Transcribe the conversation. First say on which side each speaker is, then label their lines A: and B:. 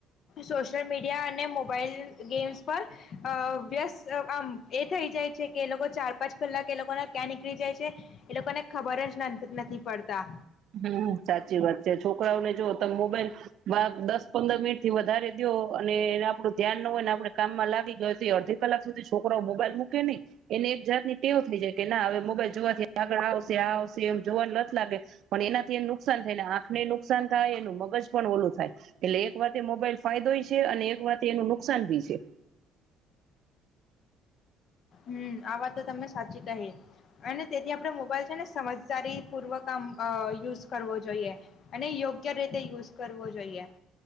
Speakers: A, on the left (about 40°); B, on the right (about 50°).
A: સોશિયલ મીડિયા અને મોબાઈલ ગેમ્સ પર વ્યસ્ત આમ એ થઈ જાય છે, કે એ લોકો ચાર, પાંચ કલાક એ લોકોને ક્યાં નીકળી જાય છે એ લોકોને ખબર જ નથી પડતા
B: હમ સાચી વાત છે છોકરાઓને જો તમે મોબાઈલ હા બા દસ પંદર મિનિટ થી વધારે અને એને આપડું ધ્યાન ન હોય ને આપડણે કામમાં લાગી ગય અડધી કલાક સુધી છોકરાઓ મોબાઈલ મૂકે નહી, એને એક જાત ટેવો થઈ જાય કે ના હવે મોબાઈલ જોવાથી આગળ આવશે આ આવશે એમ જોવાનું નથી લાગે. પણ એનાથી એમ નુકસાન થાય આખને નુકસાન થાય એનું મગજ પણ ઓલું થાય. એટલે એક વાત મોબાઈલ ફાયદો છે અને એક વાતે એનું નુકસાન ભી છે.
A: હમ આ વાત તો તમને સાચી કહી, અને તેથી આપણે મોબાઈલ છે ને સમજદારી પૂર્વક આમ યુઝ કરવો જોઈએ, અને યોગ્ય રીતે યુઝ કરવો જોઈએ.